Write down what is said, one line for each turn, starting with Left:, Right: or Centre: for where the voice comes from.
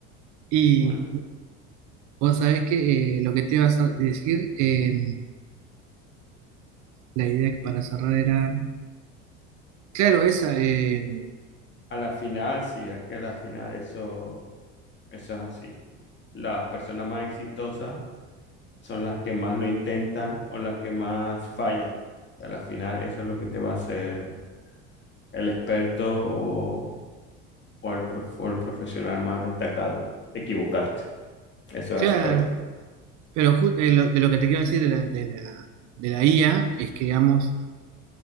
Right: Y
Left: bueno.
Right: vos sabés que eh, lo que te ibas a decir, eh, la idea que para cerrar era, claro, esa, eh,
Left: A la final, sí, es que a la final eso, eso es así. Las personas más exitosas son las que más lo intentan o las que más fallan. A la final, eso es lo que te va a hacer el experto o, o el, prof- o el profesional más destacado, equivocarte. Eso
Right: claro,
Left: es así para ti.
Right: pero ju- eh, lo- de lo que te quiero decir de la, de la, de la IA es que, digamos,